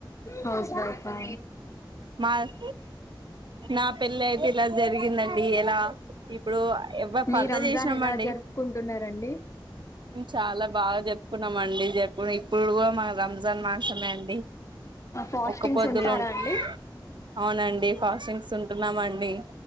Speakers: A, on the left; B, on the right.
A: హౌస్ వైఫా
B: మాది నా పెళ్లి అయితే ఇలా జరిగిందండి ఎలా ఇప్పుడు ఎ
A: మీ
B: పర్ద
A: రంజాన్
B: చేసినాం
A: ఎలా
B: అండి
A: జరుపుకుంటున్నారండి
B: చాలా బాగా చెప్పుకున్నామ అండి చెప్ ఇప్పుడు ఇప్పుడు కూడా మా రంజాన్ మాసమే అండి
A: ఫాస్టింగ్స్
B: ఒక్క పొద్దులో
A: ఉంటారా
B: ఉంటాం
A: అండి
B: అవునండి ఫాస్టింగ్స్ ఉంటున్నామండి